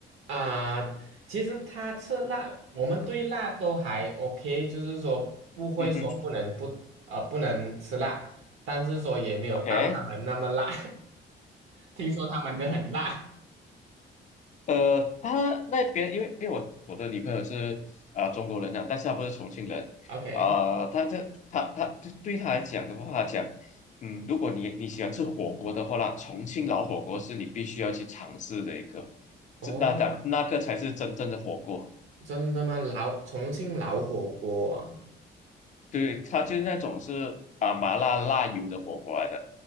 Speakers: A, on the right (about 75°); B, on the left (about 40°).
A: 啊、其实他吃辣，我们对辣都还 OK，就是说不会嗯说不能不啊、
B: 嗯哼
A: 不能吃辣，但是说也没有到他们那么辣，
B: ，OK，
A: <laughs> 听说他们的很辣。
B: 呃，他那边因为因为我我的女朋友是啊、呃中国人呐、但是她不是重庆人啊、
A: OK，
B: 他这他他对对她来讲的话，她讲，嗯，如果你你喜欢吃火锅的话啦，重庆老火锅是你必须要去尝试的一个，
A: 哦，
B: 这那当那个才是真正的火锅，
A: 真的吗？老重庆老火锅啊？
B: 对，他就是那种是啊、麻辣辣油的火锅来的。